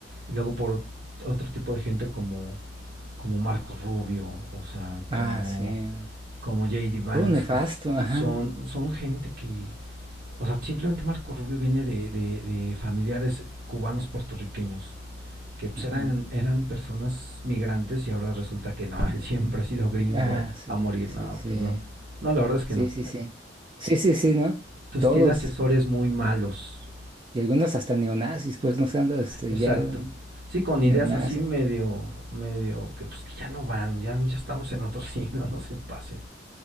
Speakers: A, on the right; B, on the right.
A: Y luego por otro tipo de gente como, como Marco Rubio, o sea, como
B: Ah, sí.
A: como JD Vance,
B: Por un nefasto,
A: que
B: ajá.
A: son, son gente que, o sea, simplemente Marco Rubio viene de, de, de familiares cubanos puertorriqueños, que pues,
B: ujú.
A: eran, eran personas migrantes y ahora resulta que no, <laughs> él siempre ha sido gringo
B: Ah, sí,
A: a morir,
B: sí,
A: no,
B: sí.
A: pues no, no, la verdad es que
B: Sí,
A: no.
B: sí, sí. Sí, sí, sí, ¿no?
A: Entonces
B: Todos.
A: tiene asesores muy malos,
B: Y algunos hasta neonazis, pues, no sé, ando, este,
A: exacto.
B: ya
A: Sí, con ideas
B: neonazis.
A: así medio, medio, que pues que ya no van, ya, ya estamos en otro <laughs> siglo, no se pasen.